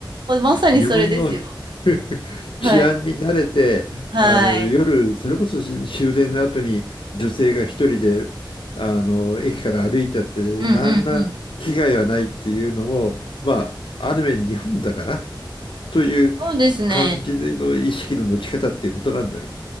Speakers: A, on the right; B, on the left.
A: まさにそれですよ。
B: <laughs> 日本の <laughs>
A: はい。
B: 治安に慣れて、
A: はい。
B: あの夜、それこそ終電の後に女性が一人であの駅から歩いたって、
A: うんうんうん。
B: 何ら危害はないっていうのも、まあ、ある面日本だからという感じの意識の持ち方っていうことなんだろう
A: そうですね。